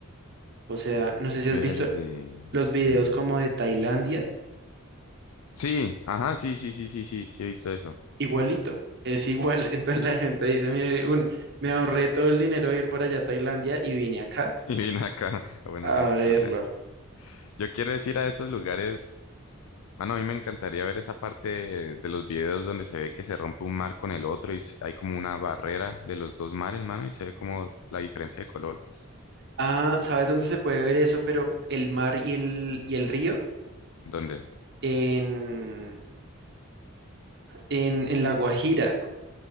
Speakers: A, on the right; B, on the left.
A: O sea, no sé
B: Verde.
A: si has visto los videos
B: mm.
A: como de Tailandia
B: Sí, ajá, sí, sí, sí, sí, sí, sí, he visto eso.
A: igualito, es igual. <laughs> Entonces la gente dice, mire, un, me ahorré todo el dinero de ir por allá a Tailandia y vine acá
B: <laughs> Y vine acá <laughs> a Buenaventura.
A: a verlo.
B: Yo quiero decir a esos lugares Mano, a mí me encantaría ver esa parte de, de los videos donde se ve que se rompe un mar con el otro y se- hay como una barrera de los dos mares, mano, y se ve como la diferencia de colores.
A: Ah, ¿sabes dónde se puede ver eso? Pero el mar y el, y el río
B: ¿Dónde?
A: en, en, en La Guajira,